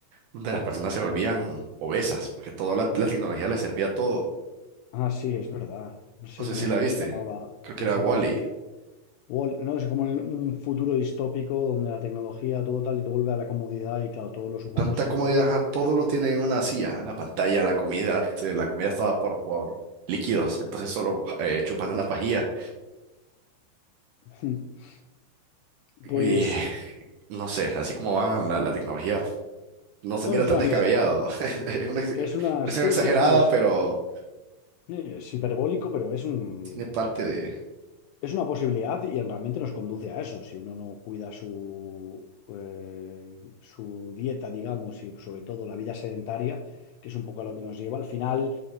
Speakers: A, on the right (about 75°); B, on the left (about 85°).
A: donde las personas se volvían obesas, porque toda la, la tecnología les servía todo.
B: Ah, sí, es verdad. No sé
A: No sé
B: cómo,
A: si la
B: cómo
A: viste,
B: se llamaba,
A: creo
B: cómo
A: que era
B: se
A: Wally.
B: llamaba, pero que es- Wall- no, es como el- un futuro distópico donde la tecnología, todo tal, y todo vuelve a la comodidad y claro, todos los humanos
A: Tanta
B: son...
A: comodidad, ajá, todo lo tiene en una silla, la pantalla, la comida, eh, la comida estaba por, por líquidos, entonces solo eh, chupan de una pajilla.
B: <laughs>
A: Y
B: Pues...
A: no sé, así como van la, la tecnología. no se
B: bueno,
A: mira
B: es
A: tan
B: una
A: descabellado.
B: vis...
A: <laughs> Es una ex-
B: Es una...
A: expresión
B: Sí,
A: exagerada,
B: sí, es una vis...
A: pero
B: sí, Es hiperbólico, pero es un...
A: tiene parte de...
B: Es una posibilidad y realmente nos conduce a eso. Si uno no cuida su, eh, su dieta, digamos, y sobre todo la vida sedentaria, que es un poco a lo que nos lleva, al final,